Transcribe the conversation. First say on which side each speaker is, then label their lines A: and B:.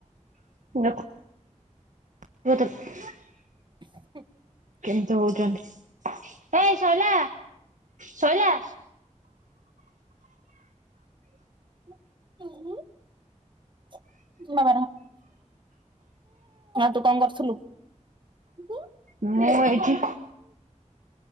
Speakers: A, on the right (about 80°); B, on the right (about 40°).
A: <unintelligible> <unintelligible>
B: <unintelligible>
A: କେମିତି ହଉଚନ୍ତି? ଏଇ ସଇଲା? ସଇଲା?
B: <unintelligible> <unintelligible> ଅଉ ତୁ କଣ କରୁଥୁଲୁ? <unintelligible>
A: ମୁଁ ଏଇଠି